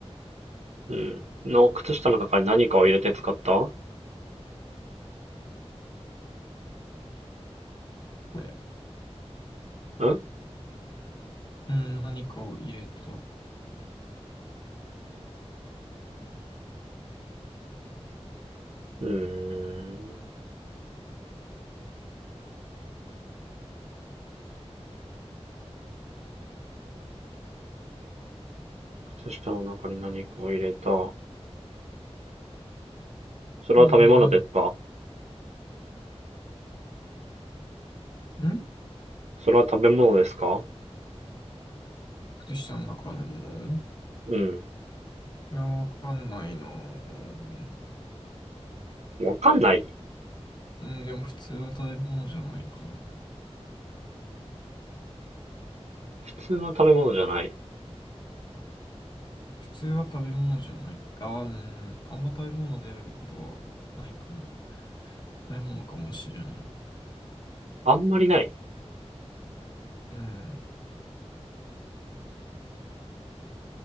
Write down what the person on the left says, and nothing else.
ね
うーん、何かを入れた。う
ーん、ん
靴下の中のものい
や、わかんないなぁ。
うん、でも普通は食べ物じゃないかな。
普通は食べ物じゃないか。うん、あんま食べ物であることはないかも。食べ物かもしれんが。
うん。